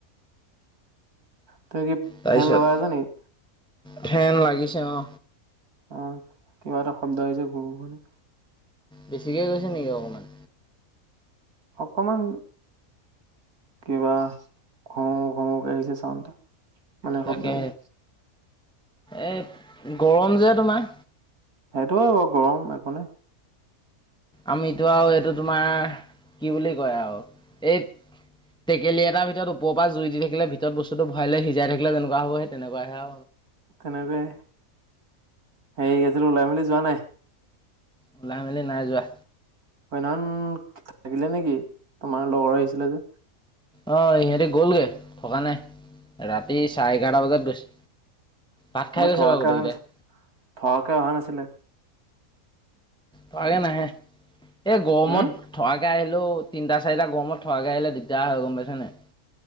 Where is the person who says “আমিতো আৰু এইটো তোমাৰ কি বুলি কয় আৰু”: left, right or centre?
Centre